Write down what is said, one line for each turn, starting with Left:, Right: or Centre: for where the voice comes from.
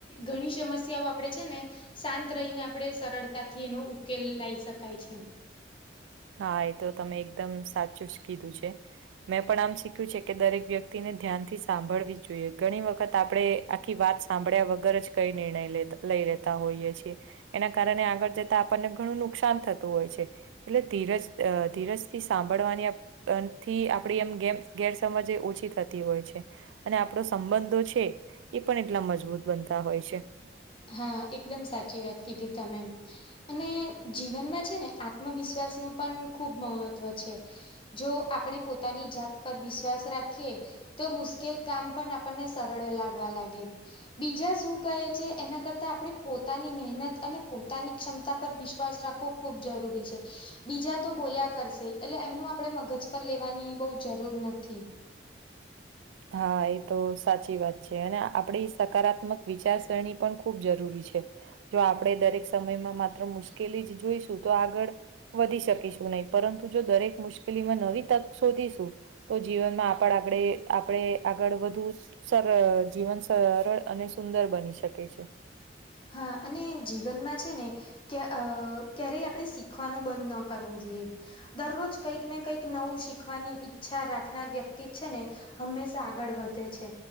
Left: ઘણી સમસ્યાઓ આપણેે છેને શાંત રહીને આપડે સરળતાથી એનો ઉકેલ લાવી શકાય છે.
Right: હા એ તો તમે એકદમ સાચું જ કીધું છે. મેં પણ આમ શીખ્યું છે કે દરેક વ્યક્તિને ધ્યાનથી સાંભળવી જોઈએ. ઘણી વખત આપડે આખી વાત સાંભડ્યા વગર જ કઈ નિર્ણય લેતા લઈ લેતા હોઈએ છીએ એના કારણે આગળ જતા આપણને ઘણું નુકસાન થતું હોય છે. એટલે ધીરજ અ ધીરજથી સાંભળવાની પણ થી આપડી એમ ગેર ગેરસમજ ઓછી થતી હોય છે. અને આપણો સંબંધો છે એ પણ એટલા મજબૂત બનતા હોય છે.
Left: હા એકદમ સાચી વાત કીધી તમે અને જીવનમાં છે ને આત્મવિશ્વાસ નું પણ ખૂબ મહત્વ છે. જો આપણે પોતાની જાત પર વિશ્વાસ રાખીએ તો મુશ્કેલ કામ પણ આપણને સરળ લાગવા લાગે, બીજા શું કહે છે એના કરતાં આપણે પોતાની મહેનત અને પોતાની ક્ષમતા પર વિશ્વાસ રાખવો ખૂબ જરૂરી છે. બીજા તો બોલ્યા કરશે એટલે એમનું આપણે મગજ પર લેવાની બો જરૂર નથી.
Right: હા એ તો સાચી વાત છે અને આપણે સકારાત્મક વિચારસરણી પણ ખૂબ જરૂરી છે. જો આપણે દરેક સમયમાં માત્ર મુશ્કેલી જ જોઈશું તો આગળ વધી શકીશું નહી તો પરંતુ જો દરેક મુશ્કેલીમાં નવી તક શોધીશું તો જીવનમાં આગડ આપડે આપણે આગળ વધુ સર જીવન સરળ અને સુંદર બની શકે છે.
Left: હા અને જીવનમાં છે ને કે અ ક્યારેય આપણે શીખવાનું બંધ ન કરવું જોઈએ. દરરોજ કંઈક ને કંઈક નવું શીખવાની ઈચ્છા રાખનાર વ્યક્તિ છે ને હંમેશા આગળ વધે છે.